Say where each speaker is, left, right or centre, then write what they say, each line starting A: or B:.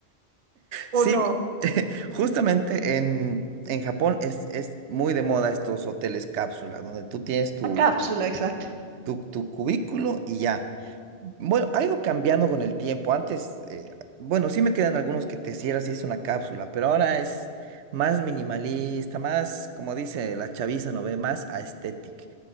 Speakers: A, on the right; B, on the right.
A: ¿o
B: Sí,
A: no?
B: <laughs> justamente en, en Japón es, es muy de moda estos hoteles cápsula, donde tú tienes tu,
A: A cápsula, exacto.
B: tu, tu cubículo y ya. Bueno, ha ido cambiando con el tiempo. Antes, eh, bueno, sí me quedan algunos que te cierras y es una cápsula, pero ahora es más minimalista, más, como dice la chaviza, ¿no ve? Más aesthetic.